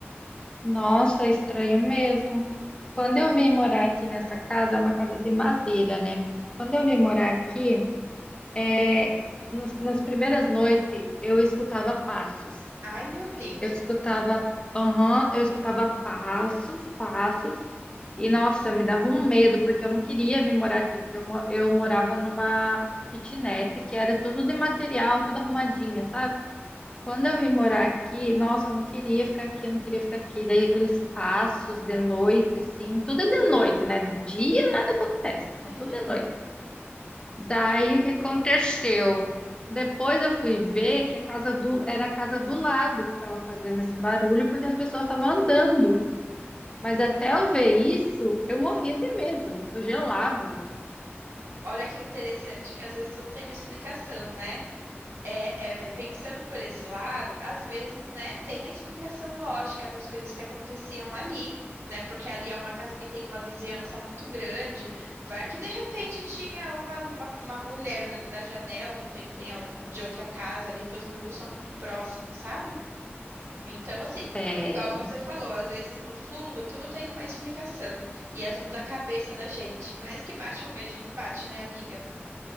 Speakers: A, on the left; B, on the right.
A: Nossa, é estranho mesmo. Quando eu vim morar aqui nessa casa, é uma casa de madeira, né? Quando eu vim morar aqui, é, nos- nas primeiras noites, eu escutava passos.
B: Ai, meu Deus.
A: Eu escutava, aham, eu escutava passos, passos, e nossa, me dava um medo, porque eu não queria vir morar aqui, porque eu, mo- eu morava numa kitnet que era tudo de material, tudo arrumadinha, sabe? Quando eu vim morar aqui, nossa, eu não queria ficar aqui, eu não queria ficar aqui. Daí aqueles passos de noite, assim, tudo é de noite, né? De dia nada acontece, é
B: <laughs>
A: tudo de noite. Daí o que aconteceu? Depois eu fui ver que a casa do era a casa do lado que estava fazendo esse barulho, porque as pessoas estavam andando. Mas até eu ver isso, eu morria de medo, eu gelava.
B: Olha que interessante, que às vezes tudo tem uma explicação, né? É, é,
A: É.
B: pensando por esse lado, às vezes, né, tem a explicação lógica para as coisas que aconteciam ali, né? Porque ali é uma casa que tem uma vizinhança muito grande. Vai que de repente tinha uma, uma, uma mulher olhando da janela que vem tem a- de outra casa ali, porque os muros são muito próximos, sabe? Então, assim,
A: É,
B: igual você falou, às vezes no fundo tudo tem uma explicação e é tudo da cabeça da gente, mas que bate um medinho, bate, né, amiga?